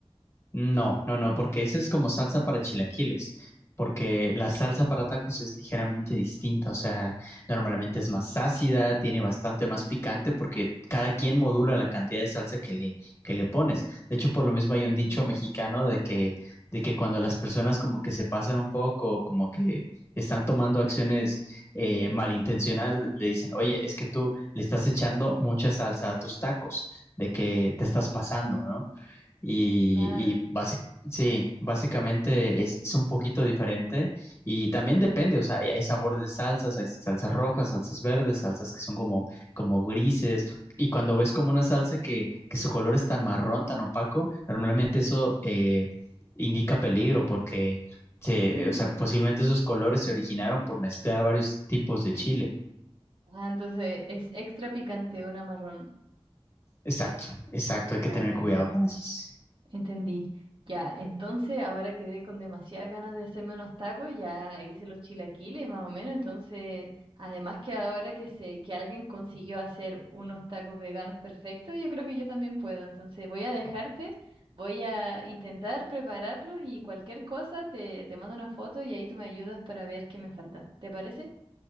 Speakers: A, on the left; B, on the right.
A: No, no, no, porque esa es como salsa para chilaquiles, porque la salsa para tacos es ligeramente distinta, o sea, normalmente es más ácida, tiene bastante más picante, porque cada quien modula la cantidad de salsa que le, que le pones. De hecho, por lo mismo hay un dicho
B: Mm,
A: mexicano de que, de que cuando las personas como que se pasan un poco, como que están tomando acciones eh, malintencionadas, le dicen, oye, es que tú le estás echando mucha salsa a tus tacos, de que te estás pasando, ¿no? Y,
B: claro.
A: y basi- sí, básicamente es, es un poquito diferente y también depende, o sea, hay, hay sabores de salsas, hay salsas rojas, salsas verdes, salsas que son como, como grises y cuando ves como una salsa que, que su color es tan marrón, tan opaco, normalmente eso eh, indica peligro porque, se-
B: <laughs>
A: o sea, posiblemente esos colores se originaron por mezclar varios tipos de chile.
B: Ah, entonces es extra picante una marrón.
A: Exacto, exacto,
B: Ya,
A: hay que tener
B: ya,
A: cuidado
B: ya.
A: con esos.
B: Entendí. Ya, entonces ahora quedé con demasiadas ganas de hacerme unos tacos, ya hice los chilaquiles más o menos, entonces además que ahora que sé que alguien consiguió hacer unos tacos veganos perfectos, yo creo que yo también puedo, entonces voy a dejarte, voy a intentar prepararlos y cualquier cosa te, te mando una foto y ahí tú me ayudas para ver qué me falta. ¿Te parece?